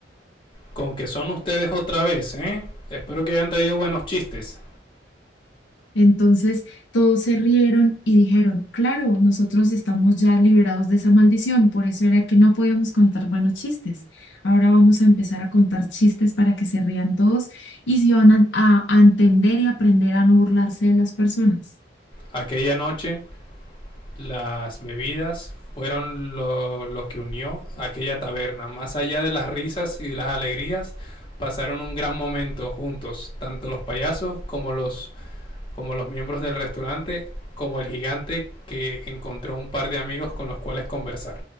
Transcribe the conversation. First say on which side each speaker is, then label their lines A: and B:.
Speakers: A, on the left; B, on the left.
A: Con que son ustedes otra vez, ¿eh? Espero que hayan traído buenos chistes.
B: Entonces todos se rieron y dijeron, claro, nosotros estamos ya liberados de esa maldición, por eso era que no podíamos contar buenos chistes. Ahora vamos a empezar a contar chistes para que se rían todos y se van a, a- a entender y aprender a no burlarse de las personas.
A: Aquella noche las bebidas fueron lo, lo que unió a aquella taberna. Más allá de las risas y de las alegrías, pasaron un gran momento juntos, tanto los payasos como los, como los miembros del restaurante, como el gigante que encontró un par de amigos con los cuales conversar.